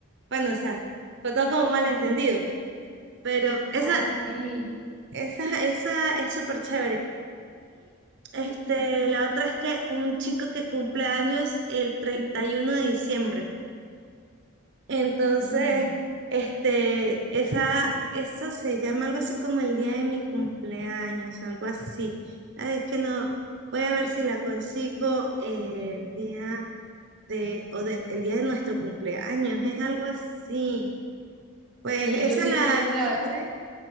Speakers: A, on the right; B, in the centre.
A: bueno, o sea, fue todo como un malentendido, pero esa,
B: ah, sí.
A: esa, esa es súper chévere. Este, la otra es que un chico que cumple años el 31 de diciembre. Entonces,
B: mm,
A: este, esa, esa se llama algo así como el día de mi cumpleaños, algo así. Ay, es que no, voy a ver si la consigo el
B: ujú.
A: día de, o de- el día de nuestro cumpleaños, es algo así. Pues
B: Sí,
A: esa
B: yo creo
A: la
B: que ahora
A: encontré.